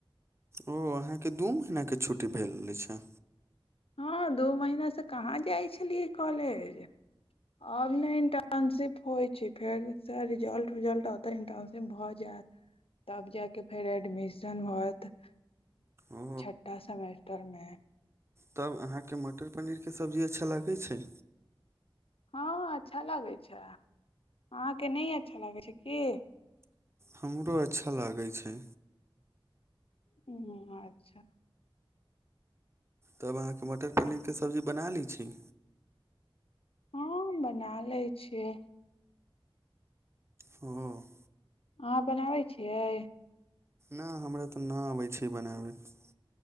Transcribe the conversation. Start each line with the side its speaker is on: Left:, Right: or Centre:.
Right: ओ अहाँकेँ दू महीन के छुट्टी भेल छै।
Left: ह दू महिनासँ कहाँ जाइ छलियै कॉलेज। आब ने इंटर्नशिप होई छै फेर से रिजल्टजलट त इंटर्नशिप भऽ जायत तब जा के फेर एडमिशन होत।
Right: ओ
Left: छठटा सेमेस्टर मे।
Right: तब अहाँकेँ मटर पनीर के सब्जी अच्छा लागै छै।
Left: हँ अच्छा लागैत छै अहाँकेँ नहि अच्छा लागैत छै की
Right: हमरो अच्छा लागैत छै।
Left: ह अच्छा।
Right: तब अहाँकेँ मटर पनीरके सब्जी बना लै छी
Left: हँ बना लै छियै।
Right: ह।
Left: अहाँ बनाबै छियै।
Right: नहि हमरा तऽ नहि अबैत छै बनाबैत।